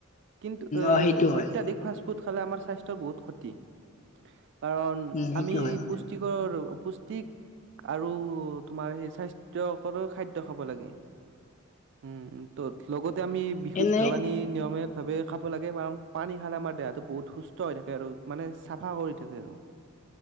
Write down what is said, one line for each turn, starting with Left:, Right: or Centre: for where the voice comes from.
Right: কিন্তু এ
Left: অ সেইটো হয়
Right: অত্যাধিক ফা ফু খালে আমাৰ সাস্থ্যৰহুত ক্ষতি কাৰণ
Left: উম সেইটো
Right: আমি
Left: হয়
Right: পুষ্টিকৰ পুষ্টিক আৰু তোমাৰ সেই স্বাস্থ্যকৰ খাদ্য খাব লাগে। উম ত লগতে আমি বিশুদ্ধ
Left: এনে
Right: বাণী নিয়মে ভাবে খাব লাগে বাৰু পানী স খাল আম দেহাত বহুত সুস্থ হৈ থাকে আৰু। চাফা কৰি থাকে ৰ।